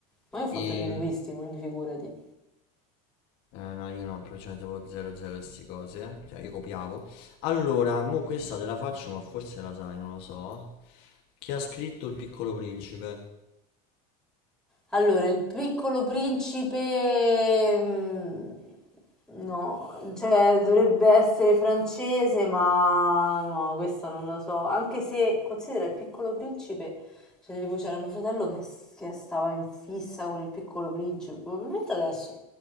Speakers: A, in the centre; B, on the left.
A: Ma io ho fatto
B: E...
A: il linguistico, quindi figurati.
B: Eh, no, io no, però c'era tipo 00 e sti cose, eh. Cioè, io copiavo. Allora, mo questa te la faccio, ma forse la sai, non lo so. Chi ha scritto Il Piccolo Principe?
A: Allora, il piccolo principe, mm, no, cioè dovrebbe essere francese, ma no, questa non lo so. Anche se considera il piccolo principe, cioè tipo c'era mio fratello che, s- che stava in fissa con il piccolo principe, probabilmente adesso